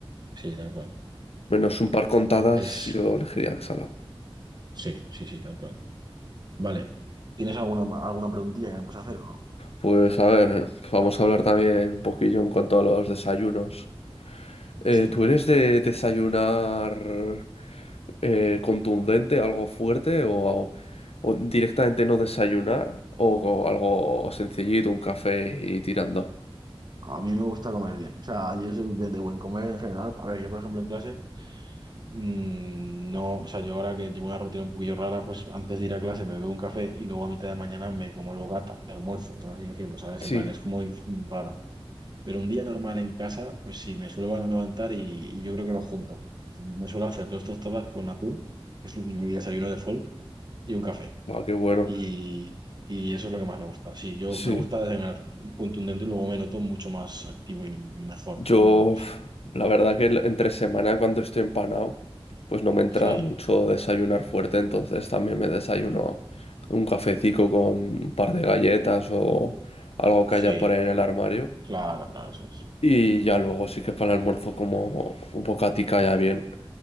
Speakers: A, on the right; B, on the left.
A: Sí, tal cual.
B: Menos un par contadas,
A: Pues
B: yo elegiría salado.
A: sí, sí, sí, tal cual. Vale. ¿Tienes alguna, ma- alguna preguntilla que me puedes hacer? o no?
B: Pues a ver, vamos a hablar también un poquillo en cuanto a los desayunos. Eh,
A: Sí,
B: ¿tú eres de desayunar eh, contundente, algo fuerte, o, o directamente no desayunar, o, o algo sencillito, un café y tirando?
A: a mí me gusta comer bien. O sea, yo soy de de buen comer en general. A ver, yo por ejemplo en clase, mm, no, o sea, yo ahora que llevo una rutina un poquillo rara, pues antes de ir a clase me bebo un café y luego a mitad de mañana me como el bocata de almuerzo, por así decirlo, ¿sabes?
B: Sí,
A: En plan, es como dif- raro. Pero un día normal en casa, pues sí, me suelo levantar y, y yo creo que lo junto. Me suelo hacer dos tostadas con atún, que es mi desayuno de folk, y un café.
B: ah, qué bueno.
A: y, y eso es lo que más me gusta. Sí, yo
B: Sí,
A: me gusta desayunar contundente y luego me noto mucho más activo y mejor.
B: yo
A: Claro,
B: uf,
A: sí,
B: la verdad que el- entre semana cuando estoy empanado, pues no me entra
A: sí,
B: mucho desayunar fuerte, entonces también me desayuno un cafecito con un par de galletas o algo
A: sí,
B: que haya por ahí en el armario.
A: claro, claro, eso es.
B: Y ya luego sí que para el almuerzo como un bocatica ya bien.